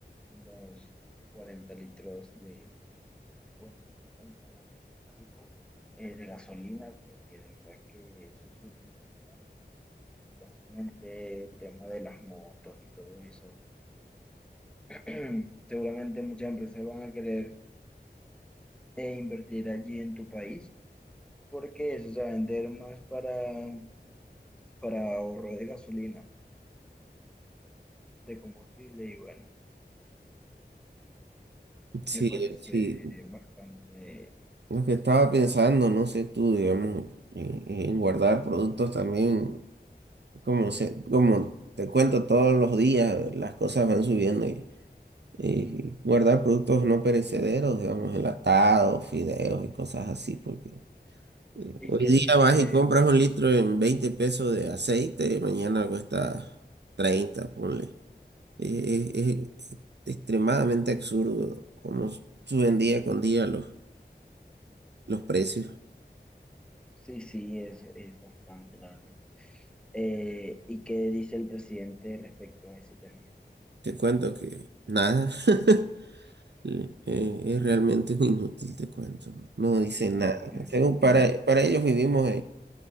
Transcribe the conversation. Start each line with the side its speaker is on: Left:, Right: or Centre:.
Centre: unos 40 litros de, bueno, adicionales de auto, eh, de gasolina, porque de verdad que eso es súper importante. Realmente el tema de las motos y todo eso <clears throat> Seguramente muchas empresas van a querer eh, invertir allí en tu país porque eso se va a vender más para, para ahorro de gasolina, de combustible y bueno,
Right: sí,
Centre: me parece
Right: sí,
Centre: eh, bastante.
Right: lo que estaba pensando, no sé tú, digamos, en, en guardar productos también, como, se, como te cuento todos los días, las cosas van subiendo Y guardar productos no perecederos, digamos, enlatados, fideos y cosas así, porque eh,
Centre: ¿Y
Right: hoy
Centre: qué
Right: día
Centre: dice?
Right: vas y compras un litro en 20 pesos de aceite, mañana cuesta 30 ponle. Eh, eh, es extremadamente absurdo cómo suben día con día los, los precios.
Centre: Sí, sí, es, es bastante, la verdad. Eh, ¿y qué dice el presidente respecto a ese tema?
Right: Te cuento que nada, <laughs> eh, es realmente un inútil, te cuento. No dicen
Centre: Ah,
Right: nada.
Centre: ok.
Right: Según para, para ellos vivimos